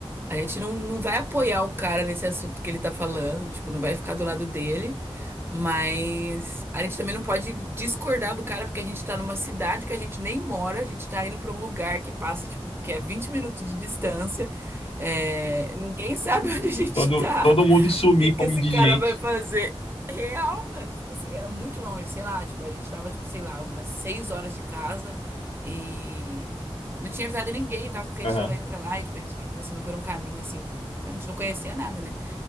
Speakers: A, on the right (about 25°); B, on the left (about 70°).
A: A gente não, não vai apoiar o cara nesse assunto que ele tá falando, tipo, não vai ficar do lado dele, mas a gente também não pode discordar do cara porque a gente tá numa cidade que a gente nem mora, a gente tá indo pra um lugar que passa, tipo, que é 20 minutos de distância, é, ninguém sabe <laughs> onde a gente
B: Todo,
A: tá
B: todo mundo sumir
A: que que
B: como
A: esse
B: indigente.
A: cara vai fazer? Real, mano. Tipo assim, era muito longe, sei lá. Tipo, a gente tava, tipo, sei lá, umas seis horas de casa e não tinha avisado ninguém, tava que
B: Aham.
A: a gente tava indo pra lá e, tipo, a gente tava passando por um caminho, assim. Tipo, a gente não conhecia nada, né?